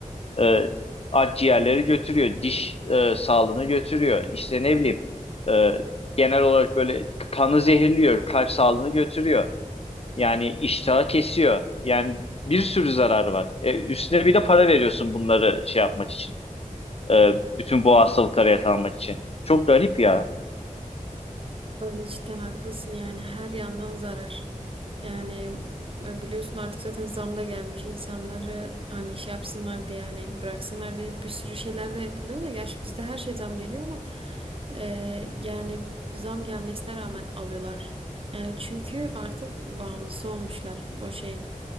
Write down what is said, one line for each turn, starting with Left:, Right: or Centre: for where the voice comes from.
Left: e, akciğerleri götürüyor, diş e, sağlığını götürüyor. İşte ne bileyim e, genel olarak böyle kanı zehirliyor, kalp sağlığını götürüyor. Yani iştahı kesiyor. Yani bir sürü zararı var. E, üstüne bir de para veriyorsun bunları şey yapmak için. E, bütün bu hastalıklara yakalanmak için. Çok garip ya.
Right: Öyle cidden haklısın yani her yandan zarar. Yani e, biliyorsun artık zaten zam da gelmiş insanları hani şey yapsınlar diye yani bıraksınlar diye bir sürü şeyler de yapılıyor da gerçi bizde her şey zam geliyor ama e, yani zam gelmesine rağmen alıyorlar. Yani çünkü artık bağımlısı olmuşlar o şeyin.